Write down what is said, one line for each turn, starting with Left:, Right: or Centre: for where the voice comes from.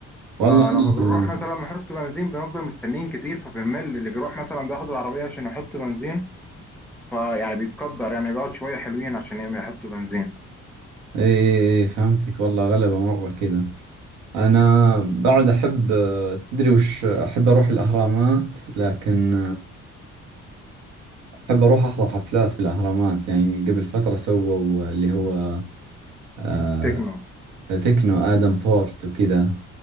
Centre: فلما
Right: والله
Centre: بنروح
Right: أنا
Centre: مثلا نحط بنزين بنفضل مستنيين كتير فبنمل اللي بيروح مثلا بياخد العربيه عشان يحط بنزين فيعني بيتقدر يعني بيقعد شوية حلوين عشان يعمل- يحطوا بنزين
Right: إي فهمتك والله غلبة مرة كذا أنا بعد أحب تدري وش أحب أروح الأهرامات لكن أحب أروح أحضر حفلات في الأهرامات يعني قبل فترة سووا اللي هو آه،
Centre: تكنو
Right: تكنو آدم بورت وكذا